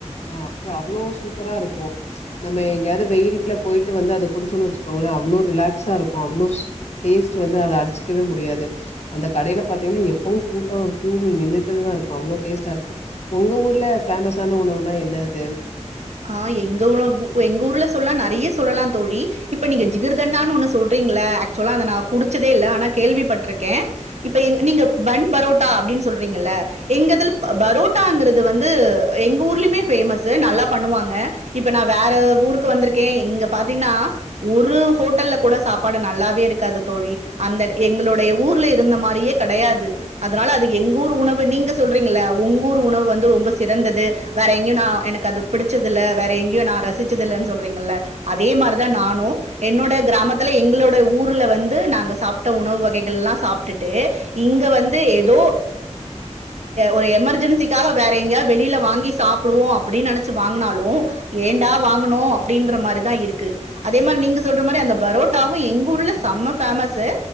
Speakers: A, on the left; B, on the right.
A: அது அவ்ளோ சூப்பரா இருக்கும் நம்ம எங்கயாவது வெயில்ல போய்டு வந்து அத குடிச்சோன்னு வச்சுக்கோங்களேன் அவ்ளோ ரிலாக்ஸா இருக்கும் அவ்ளோ டேஸ்ட் வந்து அத அடிச்சுக்கவே முடியாது அந்த கடையில பாத்தீங்கன்னா எப்பவும் கூட்டம் கூ நின்னுட்டுதான் இருக்கும் அவ்ளோ டேஸ்ட்டா இருக்கும் உங்க ஊர்ல பேமஸ்ஸான உணவுனா என்ன அது
B: ஆஹ் எங்க ஊர்ல சொல்லாம் நறைய சொல்லலாம் தோழி இப்ப நீங்க ஜிகர்தண்டான்னு ஒண்ணு சொல்றீங்கள ஆக்சுவலா அதை நான் குடிச்சதே இல்ல ஆனா கேள்விப்பட்டிருக்கேன் இப்ப எ நீங்க பன் பரோட்டா அப்படின்னு சொல்றீங்கல்ல எங்கதுல பரோட்டாங்கிறது வந்து எங்க ஊர்லயுமே பேமஸூ நல்லா பண்ணுவாங்க இப்ப நான் வேற ஊருக்கு வந்திருக்கேன் இங்க பாத்தீங்கன்னா ஒரு ஹோட்டல்ல கூட சாப்பாடு நல்லாவே இருக்காது தோழி அந்த எங்களுடைய ஊர்ல இருந்த மாரியே கெடையாது அதனால அது எங்க ஊர் உணவு நீங்க சொல்றீங்க உங்கூர் உணவு வந்து ரொம்ப சிறந்தது வேற எங்கயும் நான் எனக்கு அது பிடிச்சதுல்ல வேற எங்கேயோ நான் ரசிச்சதில்ன்னு சொல்றீங்கல்ல அதே மாரிதான் நானும் என்னோட கிராமத்துல எங்களோட ஊர்ல வந்து நாங்க சாப்ட உணவு வகைகள் எல்லாம் சாப்பிட்டுட்டு இங்க வந்து ஏதோ ஒரு எமர்ஜென்சிக்காக வேற எங்கயாவது வெளியில வாங்கி சாப்பிடுவோம் அப்படின்னு நெனைச்ச வாங்குனாலும் ஏண்டா வாங்கனும் அப்படின்ற மாரிதான் இருக்கு அதே மாரி நீங்க சொல்ற மாரி அந்த பரோட்டாவும் எங்க ஊர்ல செம்ம பேமஸூ